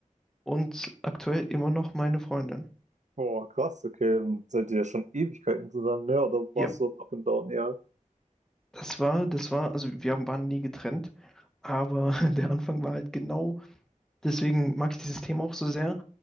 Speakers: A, in the centre; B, on the right (about 60°).
A: und aktuell immer noch meine Freundin.
B: Oh, krass, okay, dann seid ihr ja schon Ewigkeiten zusammen, ne? Oder war
A: Ja,
B: es so up and down eher?
A: das war, das war, also wir haben- waren nie getrennt, aber <laughs> der Anfang war halt genau, deswegen mag ich dieses Thema auch so sehr,